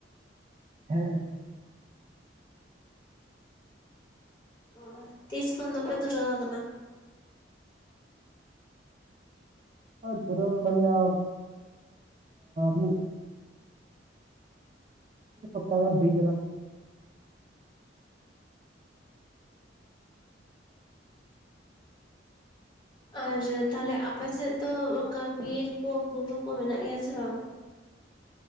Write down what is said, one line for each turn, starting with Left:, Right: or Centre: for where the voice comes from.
Right: ᱦᱮᱸ
Left: ᱚ ᱛᱤᱥ ᱠᱷᱚᱱ ᱫᱚᱯᱮ ᱫᱷᱩᱨᱟᱹᱣ ᱟᱠᱟᱱᱟ
Right: ᱦᱮᱸ ᱫᱷᱩᱨᱟᱹᱣ ᱟᱠᱟᱱ ᱜᱮᱭᱟ ᱢᱤᱫ ᱥᱯᱛᱟᱦᱚ ᱜᱟᱱ ᱦᱩᱭ ᱟᱠᱟᱱᱟ
Left: ᱟᱨ ᱛᱟᱦᱚᱞᱮ ᱟᱯᱮ ᱥᱮᱫ ᱫᱚ ᱚᱱᱠᱟ ᱵᱤᱨ ᱠᱚ ᱵᱩᱨᱩ ᱠᱚ ᱢᱮᱱᱟᱜ ᱜᱮᱭᱟ ᱥᱮ ᱵᱟᱝ